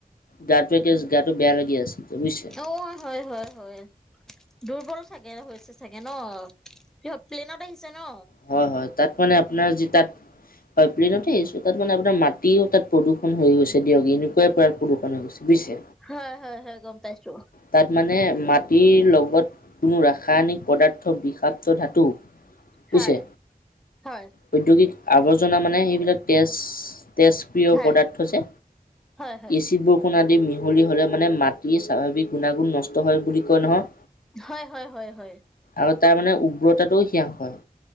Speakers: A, on the left; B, in the centre.
A: গাটো একে গাটো বেয়া লাগি আছে বুজিছে।
B: এওৱা হয় হয় হয় দুৰ্বল থাকে হৈছে চাগে ন কিহত প্লেনত আহি- ছে ন
A: হয় হয় তাত মানে আপোনাৰ যে তাত হয় প্লেইনতে আহিছো তাত মানে আপোনাৰ মাটিও তাত প্ৰদূষণ হৈ গৈছে দিয়ক এনেকুৱাই পৰা প্ৰদূষণ হৈ গৈছে বুজিছে।
B: হয় হয় হয় গম পাইছো
A: তাত মানে মাটিৰ লগত কোনো ৰাসায়নিক পদাৰ্থ বিষাক্ত ধাতু বুইছে
B: হয় হয়
A: ঔদ্যোগিক আৱৰ্জনা মানে সেইবিলাক তেজ তেজপ্ৰিয়
B: হয়।
A: পদাৰ্থ যে
B: হয় হয়
A: এচিড
B: হয়
A: বৰষুণ আদি মিহলি হলে মানে মাটি স্বাভাৱিক গুণাগুণ নষ্ট হয় বুলি কয় নহয়
B: হয় হয় হয় হয়
A: আৰু তাৰ মানে উগ্ৰতাটোও সেয়া হয়